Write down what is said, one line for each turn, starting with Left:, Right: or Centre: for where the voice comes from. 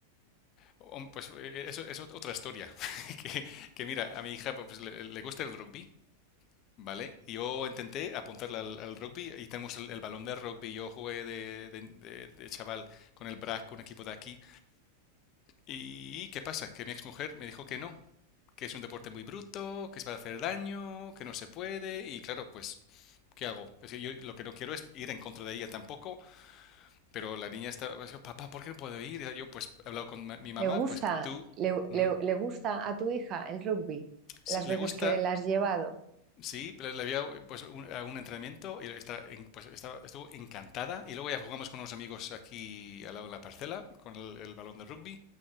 Left: O- Pues eh, eh, eso es otra historia. <laughs> Que, que mira, a mi hija pues, pues, le, le gusta el rugby, ¿vale? Y Yo intenté apuntarla al, al rugby y tenemos el, el balón de rugby. Yo jugué de, de- de- de chaval con el BRAC, un equipo de aquí. ¿Y qué pasa? Que mi exmujer me dijo que no, que es un deporte muy bruto, que se va a hacer daño, que no se puede, y claro, pues, ¿qué hago? Es decir, yo lo que no quiero es ir en contra de ella tampoco, pero la niña está, pues, papá, ¿por qué no puedo ir? Y yo, pues, he hablado con ma- mi mamá,
Right: ¿Le gusta,
Left: pues tú,
Right: le,
Left: ujú,
Right: le- le gusta a tu hija el rugby
Left: si
Right: las
Left: le
Right: veces
Left: gusta,
Right: que la has llevado?
Left: Sí, pero le había pues un, a un entrenamiento y está, en- pues, estaba- estuvo encantada. Y luego ya jugamos con unos amigos aquí al lado de la parcela con el, el balón de rugby